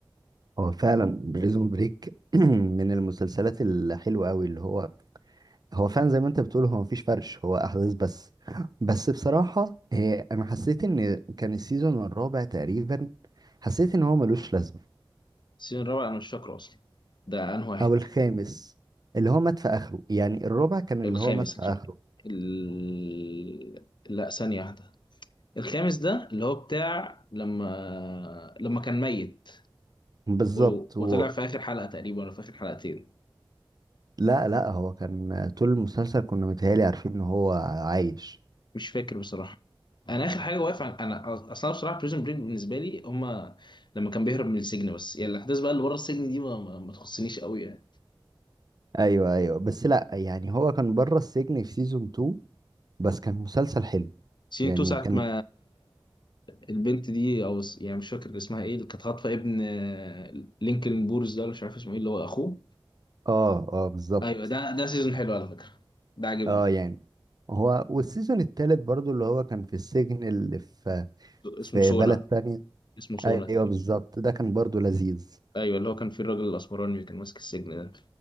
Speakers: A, on the right (about 50°); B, on the left (about 60°).
A: هو فعلا بريزون بريك <clears throat> من المسلسلات الحلوة قوي اللي هو هو فعلا زي ما انت بتقول هو مفيش فرش هو احداث بس بس بصراحة إيه، انا حسيت ان كان السيزون الرابع تقريبا حسيت ان هو ملوش لازمة
B: السيزون الرابع انا مش فاكره اصلا ده انه واحد
A: او الخامس اللي هو مات في اخره يعني الرابع كان
B: الخامس
A: اللي هو مات في
B: الخامس
A: اخره
B: ال... لا ثانية واحدة الخامس ده اللي هو بتاع لما لما كان ميت
A: بالظبط
B: و...
A: و...
B: وطلع في آخر حلقة تقريبا ولا في آخر حلقتين
A: لا لا هو كان طول المسلسل كنا متهيألي عارفين ان هو عايش
B: مش فاكر بصراحة أنا آخر حاجة واقف عن... أنا أص- أصلا بصراحة بريزون بريك بالنسبة لي هما لما كان بيهرب من السجن بس يعني الأحداث بقى اللي بره السجن دي ما, ما ما تخصنيش قوي يعني.
A: ايوه ايوه بس لا يعني هو كان بره السجن في سيزون 2 بس كان مسلسل حلو
B: سين
A: يعني
B: تو ساعة
A: كان
B: ما البنت دي أو س- يعني مش فاكر اسمها إيه اللي كانت خاطفة ابن آه، لينكولن بورز ده ولا مش عارف اسمه إيه اللي هو أخوه
A: اه اه بالظبط
B: أيوه ده ده سيزون حلو على فكرة ده عجبني
A: اه يعني هو والسيزون التالت برضو اللي هو كان في السجن اللي في في
B: اسمه سونا
A: بلد تانية
B: اسمه سونا
A: ايوه
B: تقريبا
A: بالظبط ده كان برضو لذيذ
B: أيوه اللي هو كان فيه الراجل الأسمراني اللي كان ماسك السجن ده